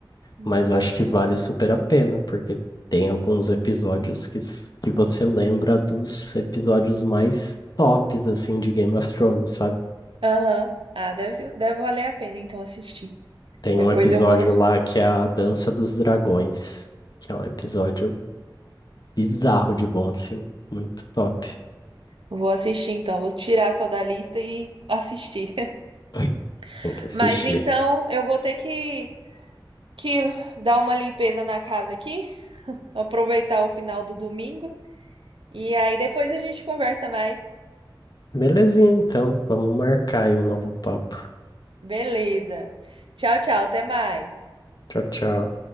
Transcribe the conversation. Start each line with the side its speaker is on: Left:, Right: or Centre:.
Right: Hum.
Left: Mas acho que vale super a pena, porque tem alguns episódios que, s- que você lembra dos episódios mais tops, assim, de Game of Thrones, sabe?
Right: Aham. Ah, deve, ser- deve valer a pena então assistir.
Left: Tem
Right: Depois
Left: um episódio
Right: eu vou,
Left: lá que é a Dança dos Dragões, que é um episódio Bizarro de bom, assim. Muito top.
Right: vou assistir então. Vou tirar só da lista e assistir.
Left: <laughs>
Right: <laughs>
Left: Tem que assistir.
Right: Mas então eu vou ter que, que dar uma limpeza na casa aqui, aproveitar o final do domingo. E aí depois a gente conversa mais.
Left: Belezinha, então. Vamos marcar aí um novo papo.
Right: Beleza. Tchau, tchau. Até mais.
Left: Tchau, tchau.